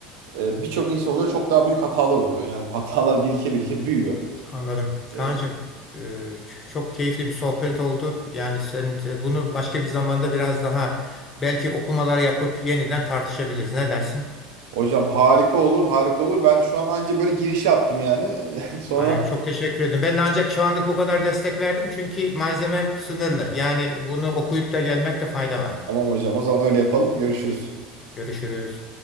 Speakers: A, on the right; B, on the left.
A: e, birçok insan oluyor. Çok daha büyük hatalar oluyor. Yani hatalar birike birike büyüyor.
B: Anladım.
A: E,
B: Kaan'cığım, e, ç- çok keyifli bir sohbet oldu. Yani sen e, bunu başka bir zamanda biraz daha belki okumalar yapıp yeniden tartışabiliriz. Ne dersin?
A: hocam harika olur, harika olur. Ben şu an anca böyle girişi attım yani. <laughs> Sonra
B: Ay, çok teşekkür ederim. Ben de ancak şu anlık bu kadar destek verdim çünkü malzemem sınırlı. Yani bunu okuyup da gelmekte fayda var.
A: tamam hocam o zaman öyle yapalım. Görüşürüz.
B: Görüşürüz.